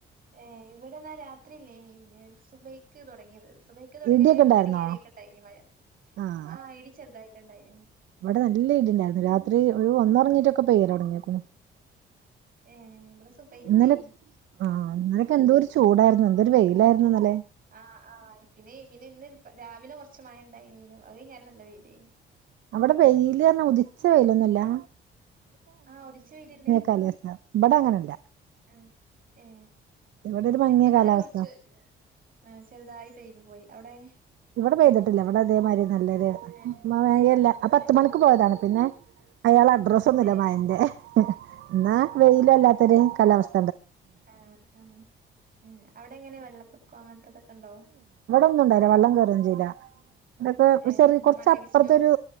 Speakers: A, on the right; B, on the right.
A: ഏ ഇവിടെന്നാ രാത്രിയില്ലേനി പിന്നെ ഒരു സുബൈക്ക് തൊടങ്ങിയത് സുബൈക്ക് തൊടങ്ങി
B: ഇടിയൊക്കെ
A: ഒരെട്ടണി
B: ഉണ്ടായിരുന്നോ
A: വരേക്കെ ണ്ടായിനി മഴ
B: ആഹ്
A: ആ ഇടി ചെർതായിട്ട് ണ്ടായി
B: ഇവിടെ നല്ല ഇടി ണ്ടായിർന്നു രാത്രി ഒരു ഒന്നൊർങ്ങീട്ടൊക്കെ പെയ്യലൊട്ങ്ങീക്കുണു
A: ഏ ബടെ സുബൈക്കേനി
B: ഇന്നലെ ആഹ് ഇന്നലൊക്കെ എന്തോ ഒരു ചൂടായിരുന്നു എന്തൊരു വെയിലായിരുന്നു ഇന്നലെ
A: ആ ആ പിന്നെ പിന്നെ ഇന്ന് രാവിലെ കൊർ ച്ച് മഴണ്ടായ്നീനു അത് കഴ്ഞ്ഞാരെ നല്ല വെയ്ലെയ്നു
B: അവിടെ വെയില് പറഞ്ഞാ ഉദിച്ച വെയ്ലൊന്നുല്ലാ
A: ആ ഉദിച്ച വെയില്ണ്ട്‌
B: കാലാവസ്ഥ ഇവിടെ
A: അ
B: അങ്ങനല്ല
A: ആ ഏ
B: ഇവിടെ ഒരു
A: പിന്നെപ്പന്നാരെ
B: മങ്ങിയ കാലാവസ്ഥ
A: കൊറച്ച് ആ ചെറുതായി പെയ്തു പോയി അവിടെ
B: ഇവടെ പെയ്തിട്ടില്ല ഇവിടെ അതേ മായ്രിന്നെല്ലത്
A: ഏ
B: മഴയില്ല ആ പത്ത്
A: ഏ
B: മണിക്ക് പോയതാണ് പിന്നെ അയാടെ അഡ്രസ്സൊന്നുല്ല
A: ഏ
B: മഴൻ്റെ ഇന്നാ വെയിലല്ലാത്തൊര് <inaudible>
A: അഹ് അഹ് എ അവിടെ എങ്ങനാ വെള്ളത്തൊക്കൊ അങ്ങനത്തെ തൊക്കെ ഉണ്ടോ
B: ഒന്നൂണ്ട വെള്ളം കേറൊ ചെയ്യില്ല ഇവിടൊക്കെ
A: ഏഹ്
B: കൊറ്ച്
A: മണ്ണിടിച്ചിലും
B: അപ്പറ്ത്തൊരു
A: ഉണ്ട്